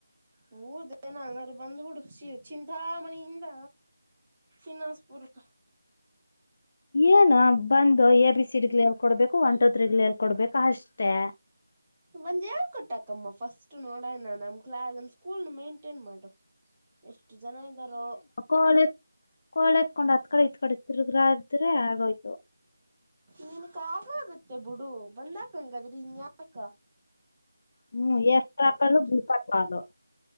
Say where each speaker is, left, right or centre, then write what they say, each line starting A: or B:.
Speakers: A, on the right; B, on the left.
A: ಹ ಊ ದಏನ ಅಂದ್ರರು ಬಂದ್ ಬೀಡುಷಿ ಚಿಂತಾ ಮಣಿಯಿಂದ. ತಿನಸ್ಪುಕ <unintelligible>
B: ಏನು ಬಂದು ಎ ಬಿ ಸಿ ಡಿ ಗ್ಗಳು ಹೇಳ್ಕೊಡ್ಬೇಕು ಒನ್ ಟು ತ್ರ್ರೀಗಳ ಹೇಳ್ಕೊಡ್ಬೇಕು ಅಷ್ಟೇ.
A: ಒಂದ್ ಹೇಳ್ ಕೊಟ್ಟಾಕಮ್ಮ ಫಸ್ಟ್ ನೋಡಣ ನಮ್ ಕ್ ನಮ್ ಸ್ಕೂಲ್ ನ ಮೈಂಟೇನ್ ಮಾಡು. ಎಷ್ಟು ಜನಾ ಇದ್ದಾರೋ.
B: ಕಾಲೇಜ್ ಕೋಳ ಎತ್ಕೊಂಡ್ ಅತ್ ಕಡೆ ಇತ್ ಕಡೆ ತಿರುಗ್ರಾದ್ರೆ ಆಗೋಯ್ತು.
A: ನಿನ್ ಕ ಆಗ ಆಗತ್ತೆ ಬುಡು ಬಂದಕ್ಂಗಾದ್ರಿ ಹಂಗ ಯಾಕ.
B: ಹ್ಮ್ ಎಷ್ಟಾ <unintelligible>
A: ಕೊಟ್ಟು